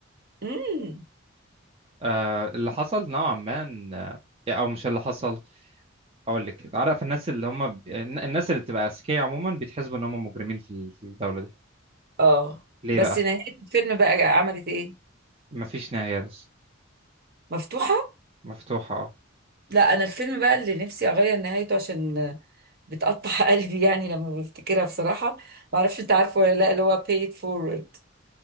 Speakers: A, on the right; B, on the right.
A: امم
B: آه، اللي حصل نوعا ما إن- آه، او مش اللي حصل اقول لك عارف الناس اللي هم الناس اللي بتبقى اذكياء عموما بيتحسبوا ان هم مجرمين في ال- في الدوله دي
A: اه
B: ليه
A: بس
B: بقى
A: نهايه الفيلم بقى عملت ايه
B: مفيش نهايه بس
A: مفتوحه
B: مفتوحه اه
A: لا انا الفيلم بقى اللي نفسي اغير نهايته عشان بتقطع <laughs> قلبي يعني لما بفتكرها بصراحة ما اعرفش انت عارفه ولا لا اللي هو Pay It Forward